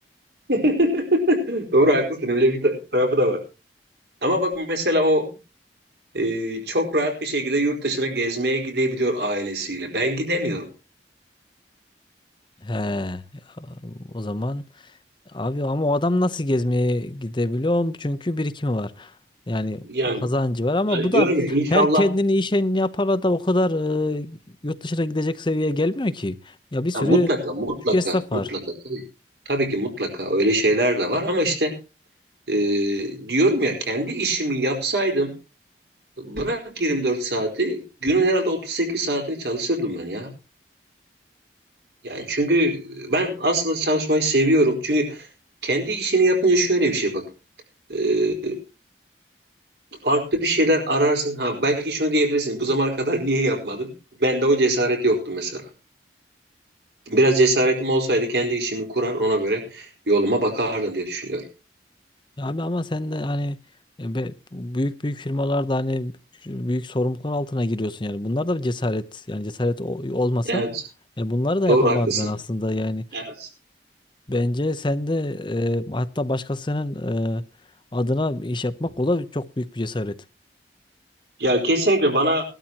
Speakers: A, on the right; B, on the left.
A: <laughs> Doğru haklısın öyle bir ta- tarafı da var. Ama bak mesela o e, çok rahat bir şekilde yurt dışına gezmeye gidebiliyor ailesiyle. Ben gidemiyorum.
B: He. O zaman Abi ama o adam nasıl gezmeye gidebiliyor? Çünkü birikimi var. Yani
A: Yani
B: kazancı var ama
A: hani
B: bu
A: diyorum
B: da
A: ya inşallah
B: her kendini işen yapara da o kadar e, yurt dışına gidecek seviyeye gelmiyor ki. Ya bir sürü
A: ya mutlaka mutlaka
B: küçük esnaf
A: mutlaka
B: var.
A: tabii, tabii ki mutlaka öyle şeyler de var ama işte Ee, diyorum ya kendi işimi yapsaydım bırak 24 saati günün herhalde 38 saatini çalışırdım ben ya. Yani çünkü ben aslında çalışmayı seviyorum. Çünkü kendi işini yapınca şöyle bir şey bak. Ee, farklı bir şeyler ararsın. Ha, belki şunu diyebilirsin. Bu zamana kadar niye yapmadın? Bende o cesaret yoktu mesela. Biraz cesaretim olsaydı kendi işimi kurar ona göre yoluma bakardım diye düşünüyorum.
B: Ya abi ama sen de hani e, be- büyük büyük firmalarda hani büyük sorumluluklar altına giriyorsun yani. Bunlar da bir cesaret yani cesaret o- olmasa
A: Evet.
B: yani bunları da
A: Doğru
B: yapamazdın
A: haklısın.
B: aslında yani.
A: Evet.
B: Bence sen de e, hatta başkasının e, adına bir iş yapmak o da çok büyük bir cesaret.
A: Ya kesinlikle bana